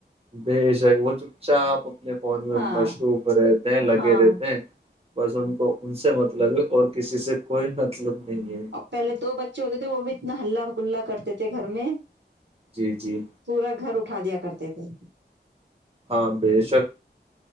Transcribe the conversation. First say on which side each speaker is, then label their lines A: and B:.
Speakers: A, on the right; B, on the right.
A: بے شک وہ چپ چاپ اپنے فون میں
B: ہاں
A: مصروف رہتے ہیں لگے
B: ہاں
A: رہتے ہیں بس ان کو ان سے مطلب ہے اور کسی سے کوئی مطلب نہیں ہے
B: اور پہلے دو بچے ہوتے تھے وہ بھی اتنا ہلہ گلہ کرتے تھے گھر میں
A: جی جی
B: پورا گھر اٹھا دیا کرتے تھے <inaudible>
A: ہاں بیشک